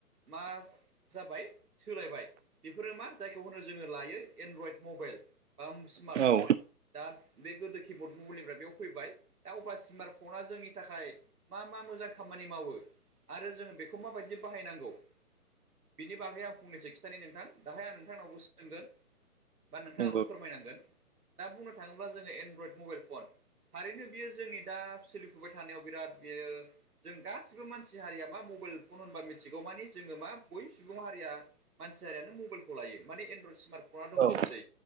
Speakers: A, on the right; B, on the right.
A: मा जाबाय सोलायबाय बेफोरो मा जायखौ होनो जोङो लायो एनड्रइड मबाइल बा स्मार्टफन
B: औ
A: दा बे गोदो किबड मुुबलनिफ्राय बेयाव फैबाय दा अब्ला स्मार्टफना जोंनि थाखाय मा मा मोजां खामानि मावो आरो जोङो बेखौ माबायदि बाहायनांगौ बिनि बागै आं फंनैसो खिथानो नोंथां दाहाय आं नोंथांनावबो सोंगोन। बा नोंथाङाबो
B: नंगौ
A: फोरमायनांगोन दा बुंनो थाङोब्ला जोङो एनड्रइड मबाइल फन। थारैनो बियो जोंनि दा सोलिफुबाय थानायाव बिराद बियो जों गासिबो मानसि हारिया मा मबाइल फन होनबा मिथिगौ मानि जोङो मा बै सुबुं हारिया मानसि हारियानो मबाइलखौ लायो माने एनरयइड् सिमार्टफना दंजोबो
B: औ
A: सै